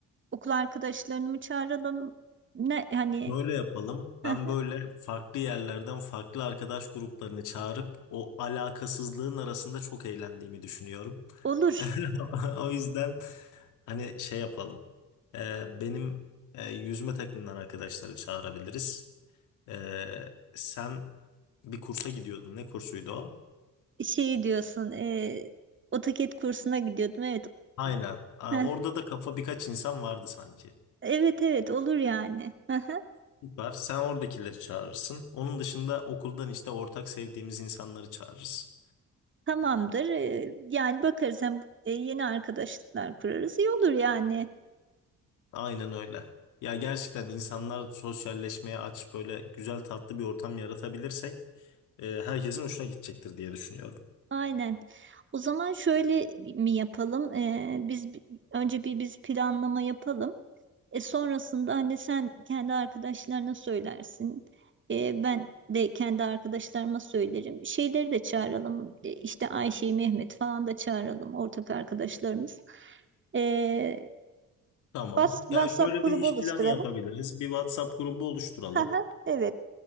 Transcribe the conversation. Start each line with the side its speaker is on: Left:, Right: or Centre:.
Right: okul arkadaşlarını mı çağıralım? Ne hani
Left: Böyle yapalım.
Right: heh,
Left: Ben böyle farklı yerlerden farklı arkadaş gruplarını çağırıp o alakasızlığın arasında çok eğlendiğimi düşünüyorum.
Right: olur.
Left: <laughs> O yüzden hani şey yapalım. Ee, benim e, yüzme takımından arkadaşları çağırabiliriz. Ee, sen bir kursa gidiyordun. Ne kursuydu o?
Right: Ee, Şey diyorsun, e, AutoCAD kursuna gidiyordum. Evet.
Left: Aynen. Aa,
Right: Heh,
Left: Orada da kafa birkaç insan vardı sanki.
Right: Evet evet olur yani. Hı hı,
Left: Süper. Sen oradakileri çağırırsın. Onun dışında okuldan işte ortak sevdiğimiz insanları çağırırız.
Right: Tamamdır. Ee, Yani bakarız hem e, yeni arkadaşlıklar kurarız. İyi olur yani.
Left: Aynen öyle. Ya gerçekten insanlar sosyalleşmeye aç böyle güzel tatlı bir ortam yaratabilirsek e, herkesin hoşuna gidecektir diye düşünüyorum.
Right: Aynen. O zaman şöyle mi yapalım? Ee, biz bi- önce bir biz planlama yapalım. E sonrasında hani sen kendi arkadaşlarına söylersin. E, ben de kendi arkadaşlarıma söylerim. Şeyleri de çağıralım. E, işte Ayşe'yi, Mehmet falan da çağıralım. Ortak arkadaşlarımız. E,
Left: Tamam.
Right: Bas- WhatsApp
Left: Ya şöyle
Right: grubu
Left: bir iş
Right: oluşturalım.
Left: planı yapabiliriz. Bir WhatsApp grubu oluşturalım.
Right: Haha, evet.